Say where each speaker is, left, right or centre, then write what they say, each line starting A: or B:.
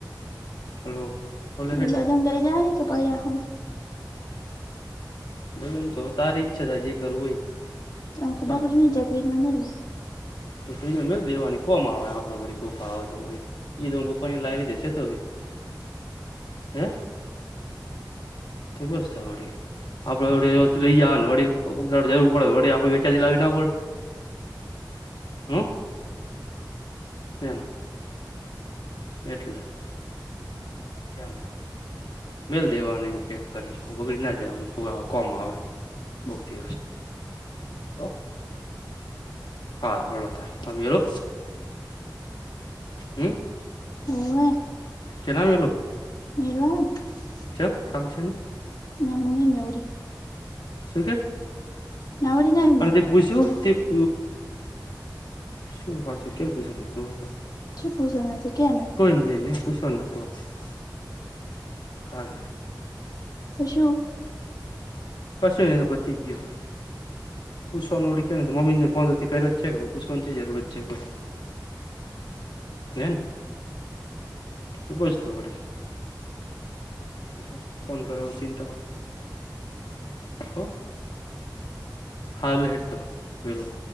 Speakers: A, on the left (about 75°); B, on the left (about 55°).
A: હલો. બોલો હેડ
B: બદમ લઈ જવાની કે <unintelligible>
A: બધ એમ તો તારી ઈચ્છા ત જે કરું હોય.
B: ત બકડી
A: એમ
B: <unintelligible>
A: તો ફ્રીજમાં મે દેવાની કોમાં આવે આપડેડી કોકા આવે તો એઈપ લાવી લીધે છે તો કે હે તો બસ થા વળી. આપડે વડ લઈ જ ને વ જરૂર પડે વ આપડ વેચાતી લાવવી ના પડે. હમ. એમ એટલે. કેમ? બેલ <unintelligible> પેક કરીને બગડી ના જાય કોમ આવે.
B: દો
A: ઓકે ઓ હા હ તું હમ
B: ઓવે.
A: કેના મલું <unintelligible>
B: <unintelligible>
A: ચ ખાલ છે ને <unintelligible>
B: ના મોને નવરી.
A: શું કે
B: નવરી નહી
A: અને
B: મુ
A: તે પૂછ્યું તે? પ શું હચુ કેમ પૂછ તું.
B: શું પૂછવાનું હતું કે ને
A: કોઈ નહી નહી પૂછવા ના <unintelligible>
B: તોશું.
A: કશું એ પતિ ગયું. પૂછવાનું ઓળખે ને તો મમ્મી ને ફોન કર્યો જ છે કે પૂછવાની છે જરૂરત છે કોઈ. કેન તું બસ તો પછી. છું ફોન કર ચિંતા હો હો. હાલ હેતો મેલું.